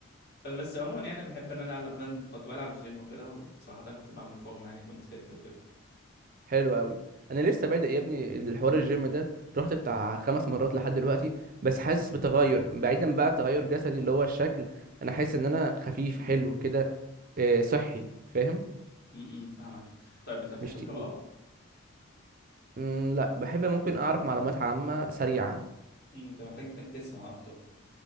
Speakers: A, on the left; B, on the right.
A: بس عموما يعني بحب ان انا العب بند كنت بلعب الجيم وكده وصراحه كنت بعمل فورمه يعني كنت فت
B: حلو قوي انا لسه بادئ يا ابني الحوار الجيم ده رحت بتاع خمس مرات لحد دلوقتي بس حاسس بتغير بعيدا بقى تغير جسدي اللي هو الشكل انا حاسس ان انا خفيف
A: وكده
B: حلو كده آه، صحي فاهم
A: امم فاهمك طيب انت بتحب
B: مش
A: القراءة؟
B: تقيل مم، لا بحب ممكن اعرف معلومات عامه سريعه
A: مم، انت محتاج انك تسمع اكتر